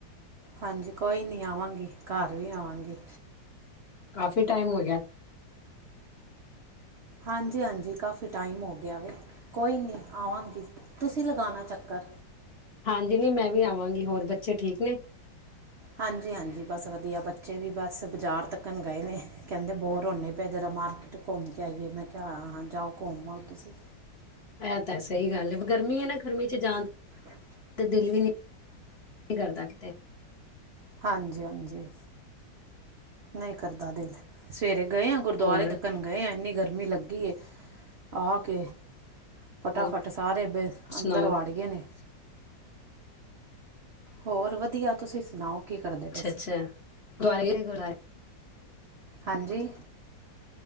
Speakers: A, on the right; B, on the left.
A: ਹਾਂਜੀ ਕੋਈ ਨਹੀਂ ਆਵਾਂਗੀ ਘਰ ਵੀ ਆਵਾਂਗੀ।
B: ਕਾਫੀ ਟਾਈਮ ਹੋ ਗਿਆ।
A: ਹਾਂਜੀ ਹਾਂਜੀ ਕਾਫੀ ਟਾਈਮ ਹੋ ਗਿਆ ਵੇ। ਕੋਈ ਨਹੀਂ ਆਵਾਂਗੀ ਤੁਸੀਂ ਲਗਾਉਣਾ ਚੱਕਰ।
B: ਹਾਂਜੀ ਨੀ ਮੈਂ ਵੀ ਆਵਾਂਗੀ ਹੋਰ ਬੱਚੇ ਠੀਕ ਨੇ।
A: ਹਾਂਜੀ ਹਾਂਜੀ ਬਸ ਵਧੀਆ ਬੱਚੇ ਵੀ ਬਸ ਬਾਜ਼ਾਰ ਤੱਕਣ ਗਏ ਨੇ। ਕਹਿੰਦੇ ਬੋਰ ਹੁੰਦੇ ਪਏ ਜਰਾ ਮਾਰਕੀਟ ਘੁੰਮ ਕੇ ਆਈਏ ਮੈਂ ਕਿਹਾ ਹਾਂ ਹਾਂ ਜਾਓ ਘੁੰਮ ਆਓ ਤੁਸੀਂ।
B: ਇਹ ਤਾਂ ਸਹੀ ਗੱਲ ਹੈ ਗਰਮੀ ਹੈ ਨਾ ਗਰਮੀ ਚ ਜਾਣ।
A: ਹਾਂ।
B: ਤੇ ਦਿਲ ਵੀ ਨੀ ਕਰਦਾ ਕਿਤੇ
A: ਹਾਂਜੀ ਹਾਂਜੀ। ਨਹੀਂ ਕਰਦਾ ਦਿਲ ਸਵੇਰੇ ਗਏ ਆ ਗੁਰਦੁਆਰੇ
B: ਹੋਰ
A: ਤੱਕਣ ਗਏ ਆ ਇੰਨੀ ਗਰਮੀ ਲੱਗੀ ਏ ਆ ਕੇ। ਫਟਾਫਟ
B: ਹੋਰ
A: ਸਾਰੇ ਬ
B: ਸੁਣਾਓ?
A: ਅੰਦਰ ਵੜ ਗਏ ਨੇ। ਹੋਰ ਵਧੀਆ ਤੁਸੀਂ ਸੁਣਾਓ। ਕੀ ਕਰਦੇ
B: ਅੱਛਾ
A: ਪਏ ਸੀ
B: ਅੱਛਾ ਗੁ।
A: ਹਾਂਜੀ।